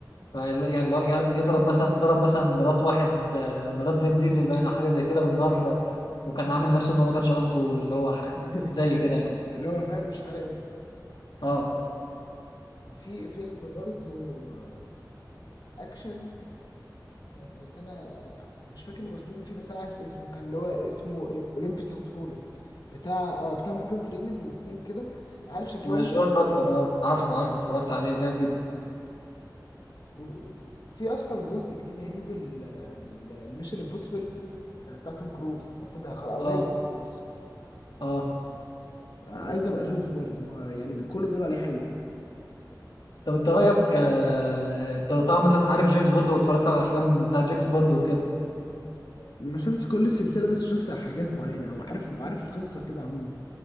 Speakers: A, on the left; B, on the left.
A: ف- يعني لو- يعني يضرب مثلا ضرب مثلا مرات واحد آه، مرات فين ديزل باين او حاجه زي كده بالنار وكان عامل نفسه ان هو ما كانش قصده اللي هو ح-
B: <laughs>
A: زي كده يعني
B: اللي هو فاهم مش فارق له
A: اه
B: في فيلم برضه آه، اكشن آه، بس انا آه، مش فاكر الممثلين فيه بس انا عارف اسمه كان اللي هو اسمه اولمبيس هاز فولن بتاع آه، بتاع مورجان فريمان واتنين كده أنا عارف شكلهم
A: وجارد
B: معروفين
A: باتلر اه عارفه عارفه اتفرجت عليه جامد جدا
B: و- في اصلا جزء جديد هينزل آه، من الميشن امبوسيبل بتاع توم كروز المفروض هيخلق او
A: اه
B: نازل خلاص
A: اه
B: عايز ابقى اشوفه برضه ما- يعني كله بيقول عليه حلو
A: طب انت رايك آه، انت طبعا أنت عارف جيمس بوند واتفرجت على الافلام بتاع جيمس بوند وكده
B: ما شفتش كل السلسله بس شفت حاجات معينه او عارف عارف القصه كده عموما